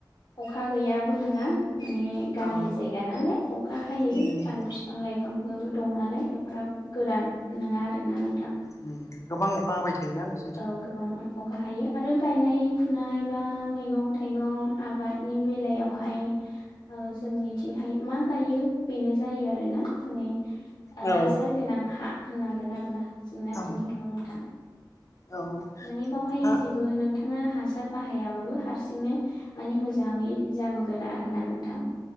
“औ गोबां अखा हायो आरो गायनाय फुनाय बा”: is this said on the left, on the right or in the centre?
Left